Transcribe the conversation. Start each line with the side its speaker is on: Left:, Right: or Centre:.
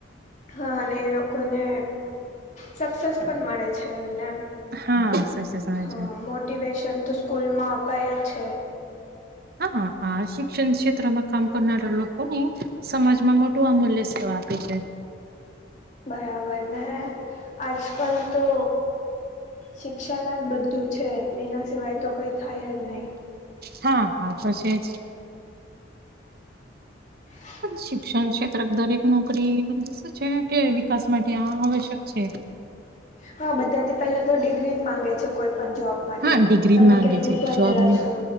Left: હા! અને એ લોકોને સક્સેસ પણ મળે છે. ને
Right: હા સાચે સમય
Left: હા!
Right: છે
Left: મોટિવેશન તો સ્કૂલમાં અપાય છે.
Right: હા! હા આ શિક્ષણ ક્ષેત્રમાં કામ કરનારા લોકોને સમાજમાં મોટું અમૂલ્ય સેવા આપે છે.
Left: બરાબર ને આજકાલ તો શિક્ષાના બધ બધું છે એના સિવાય તો કંઈ થાય જ નહીં.
Right: હા હા તો છે જ
Left: <inaudible>
Right: શિક્ષણ ક્ષેત્ર દરેક નોકરી શું છે કે વિકાસ માટે આવશ્યક છે.
Left: હા બધા થી પેલે તો ડિગ્રી જ માંગે છે કોઈ પણ જોબ માટે
Right: હા
Left: તમે
Right: જ માંગે
Left: કેટલું
Right: છે
Left: ભણેલા
Right: જોબની
Left: છો?